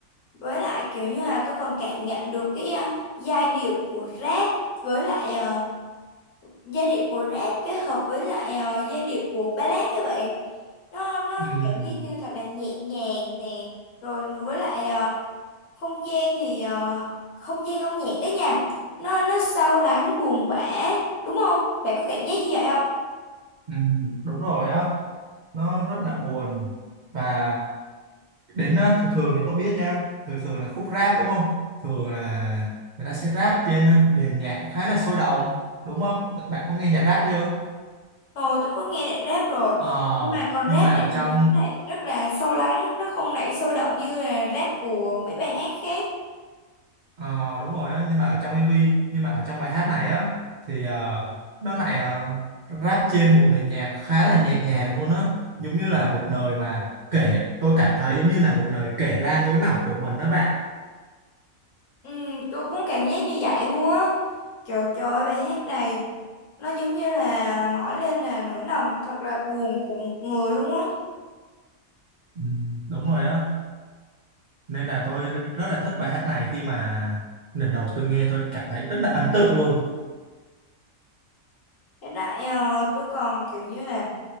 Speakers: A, on the left; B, on the right.
A: với lại kiểu như là tôi còn cảm nhận được cái ờ, giai điệu của rap với lại ờ, giai điệu của rap kết hợp với lại ờ, giai điệu của ballad các bạn nó nó
B: Ừm,
A: cảm giác như thật là nhẹ nhàng nè rồi với lại ờ, không gian thì ờ, không gian âm nhạc cái nhà nó nó sâu lắng buồn bã đúng không bạn có cảm giác như vậy không
B: ừm, đúng rồi á nó rất là buồn và đến ờ, thường thường thì tôi biết nha thường thường là khúc rap đúng không thường là người ta sẽ rap trên ờ, nền nhạc khá là sôi động đúng không bạn có nghe nhạc rap chưa
A: Ờ, tôi có nghe rap rap rồi
B: Ờ,
A: nhưng mà còn
B: nhưng
A: rap
B: mà ở
A: này
B: trong
A: thì nó lại rất là sâu lắng nó không lại sôi động như là rap của mấy bài hát khác
B: Ờ, đúng rồi á nhưng mà ở trong MV nhưng mà ở trong bài hát này á thì ờ, nó lại uh, rap trên một nền nhạc khá là nhẹ nhàng luôn á giống như là một lời mà kể tôi cảm thấy giống như là một lời kể ra nỗi lòng của mình đó bạn
A: ừ, tôi cũng cảm giác như vậy luôn á trời trời ơi, bài hát này nó giống như là nói lên là nỗi lòng thật là buồn của một người luôn á
B: ừ, đúng rồi á nên là tôi rất là thích bài hát này khi mà lần đầu tôi nghe tôi cảm thấy rất là ấn tượng luôn
A: hiện tại ờ, tôi còn kiểu như là